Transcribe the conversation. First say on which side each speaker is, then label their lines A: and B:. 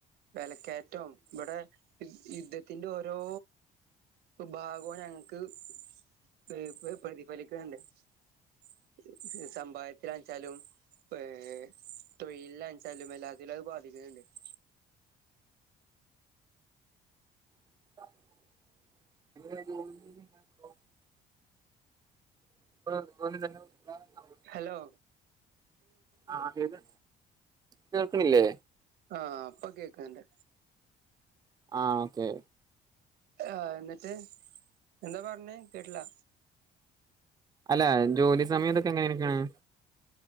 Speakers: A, on the right; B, on the right.
A: വില കയറ്റവും ഇവിടെ യുദ്ധത്തിന്റെ ഓരോ വിഭാഗവും ഞങ്ങക്ക് <unintelligible> പ്രതിഫലിക്കുന്നുണ്ട് <inaudible> സമ്പായത്തിലായ് ച്ചാലും ഏ തൊഴിലണച്ചാലും എല്ലാത്തിലും അത് ബാധിക്കുന്നുണ്ട് <unintelligible>
B: <unintelligible> <unintelligible>
A: ഹലോ
B: ആഹ് കേക്ക് കേൾക്കണില്ലേ
A: ആഹ അപ്പൊ കേക്കണ്ട്
B: ആഹ ഓക്കെ
A: ആ എന്നിട്ട് എന്താ പറഞ്ഞേ കേട്ടില്ല
B: അല്ല ജോലി സമയതൊക്കെ എങ്ങനെയൊക്കെയാണ്